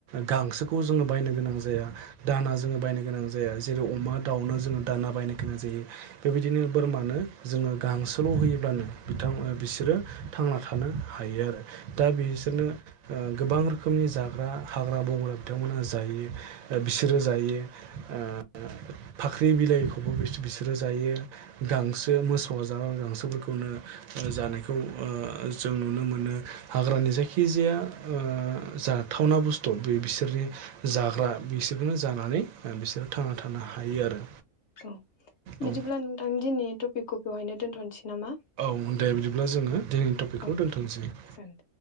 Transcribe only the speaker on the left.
औ बिदिब्ला
नोंथांनि दिनै टपिक खौ बेवहाय दोनथ'नोसै नामा
औ
जागोन